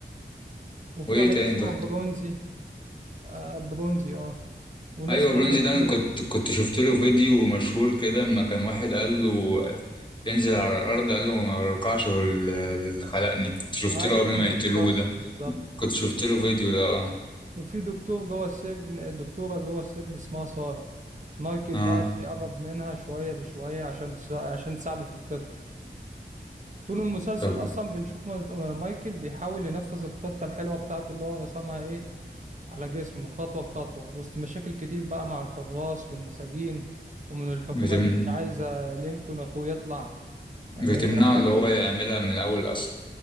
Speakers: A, on the right; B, on the left.
A: وفي
B: وايه
A: واحد
B: تاني
A: اسمه
B: طيب
A: برونزي آه برونزي اه وناس
B: ايوه
A: تانية
B: برونزي
A: كتير
B: ده انا كنت كنت شفت له فيديو مشهور كده اما كان واحد قال له ينزل على الارض قال له ما برقعش لل- للي خلقني كنت شفت
A: ايوه
B: له قبل ما
A: بالظبط
B: يقتلوه ده
A: بالظبط
B: كنت شفت له فيديو ده اه
A: وفي دكتور جوه السجن دكتوره جوه السجن اسمها ساره مايكل
B: اه
A: بقى بيقرب منها شويه بشويه عشان تسا- عشان تساعده في الخطه طول المسلسل
B: طب
A: اصلا بنشوف ما- مايكل بيحاول ينفذ الخطه الحلوه بتاعته اللي هو رسمها ايه على جسمه خطوه بخطوه وسط مشاكل كتير بقى مع الحراس والمساجين ومن الحكومه
B: بتم
A: اللي مش عايزه لينكولن اخوه يطلع
B: بتمنعه
A: يعني لان
B: اللي هو يعملها من الاول اصلا